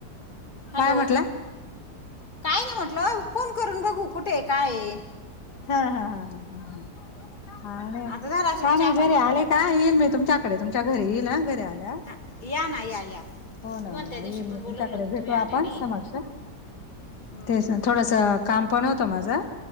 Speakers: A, on the left; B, on the left.
A: हॅलो
B: काय म्हटलं?
A: काय नाय म्हटलं, फोन करून बघू कुठेय काय ये
B: हा ह ह ह ह ह ह हा नाय,
A: आता झाला असेल
B: काय
A: चहा
B: नाय
A: पाणी
B: घरी
A: संध्याकाळचा
B: आले का, येईल मी तुमच्या कडे तुमच्या घरी येईनं हा, घरी आल्या
A: हा, या ना, या या
B: हो ना
A: तुम्हाला
B: हो ना,
A: त्या दिवशी
B: येईल मी
A: पण बोलवलं
B: तुमच्याकडे
A: होतं
B: भेटू
A: तुम्ही आल्या
B: आपण
A: नाही.
B: समक्ष,
A: हम्म.
B: तेच न थोडस काम पण होतं माझं